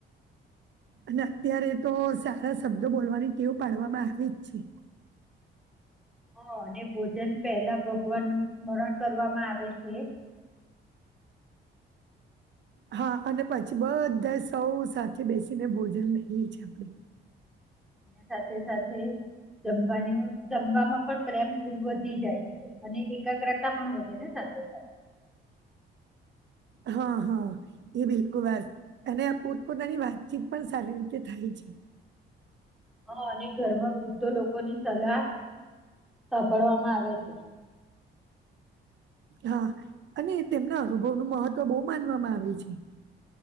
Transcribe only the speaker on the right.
અને અત્યારે તો સારા શબ્દો બોલવાની ટેવ પાડવામાં આવે જ છે.
હા અને પછી બધા સૌ સાથે બેસીને ભોજન લઈએ છે આપડે
હા હા એ બિલકુલ સ અને પોતપોતાની વાતચીત પણ સારી રીતે થાય છે.
હા અને તેમના અનુભવનું મહત્વ બો માનવામાં આવે છે.